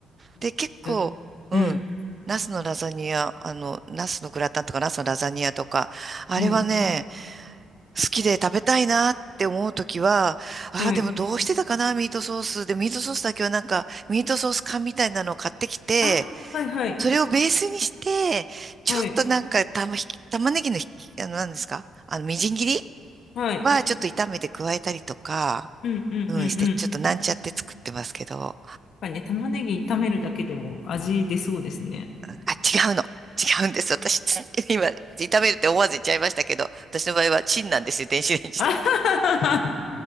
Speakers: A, on the left; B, on the right.
A: なんかもうよだれが。
B: で、結構、うん。
A: うん。
B: ナスのラザニア、あの、ナスのグラタンとかナスのラザニアとか、あれはね、
A: はい。
B: 好きで食べたいなって思うときは、ああ、
A: はい。
B: でもどうしてたかな、ミートソース。で、ミートソースだけはなんか、ミートソース缶みたいなのを買ってきて、
A: あー、はい、はい。
B: それをベースにして、ちょっとなんか、
A: はい。
B: 玉ひき、玉ねぎのひき、あの、何ですかあの、みじん切り
A: はい。
B: はちょっと炒めて加えたりとか、
A: うん、うん、うん、
B: うん、して、
A: うん。
B: ちょっとなんちゃって作ってますけど。
A: やっぱりね、玉ねぎ炒めるだけでも味出そうですね。
B: あ、違うの。違うんです。私、つ <laughs> 今、炒めるって思わず言っちゃいましたけど、私の場合はチンなんですよ、電子レンジで。
A: あははは